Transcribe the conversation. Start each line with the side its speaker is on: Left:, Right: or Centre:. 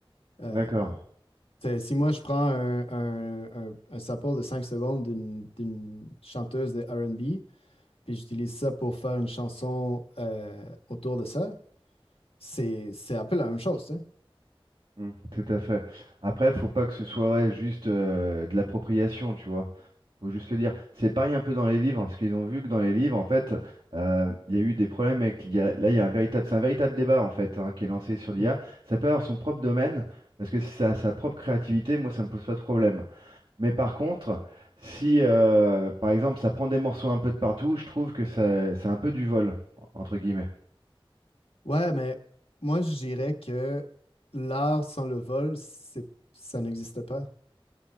Left: Euh,
Right: D'accord.
Left: T'sais, Si moi je prends un, un, un- un sample de 5 secondes d'une d'une chanteuse de R&B, puis j'utilise ça pour faire une chanson euh, autour de ça, c'est c'est un peu la même chose, tu sais.
Right: Mm, tout à fait. Après, faut pas que ce soit ouais, juste euh, de l'appropriation, tu vois. Faut juste le dire. C'est pareil un peu dans les livres, parce qu'ils ont vu que dans les livres, en fait, euh, il y a eu des problèmes avec l'IA. Là, il y a un véritable, c'est un véritable débat en fait hein, qui est lancé sur l'IA.
Left: Mm.
Right: Ça peut avoir son propre domaine, parce que si ça a sa propre créativité, moi, ça me pose pas de problème. Mais par contre, si, euh, par exemple, ça prend des morceaux un peu de partout, je trouve que ça, c'est un peu du vol. Entre guillemets.
Left: Ouais, mais moi je dirais que l'art sans le vol, c'est ça n'existe pas.